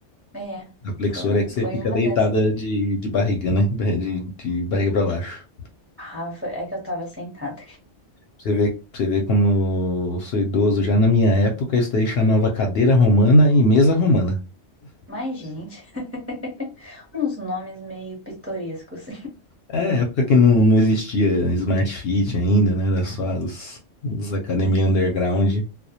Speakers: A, on the right; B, on the left.
A: É,
B: A flexora
A: foram,
B: é que
A: foi
B: você fica
A: uma
B: deitada
A: dessas aí.
B: de, de barriga, né? De, de barriga pra baixo.
A: Ah, foi- é que eu tava sentada.
B: Você vê, você vê como eu sou idoso. Já na minha época, isso daí chamava cadeira romana e mesa romana.
A: Mas, gente. <laughs> Uns nomes meio pitorescos.
B: É época que não, não existia Smart Fit ainda, né? Era só as, as academias underground.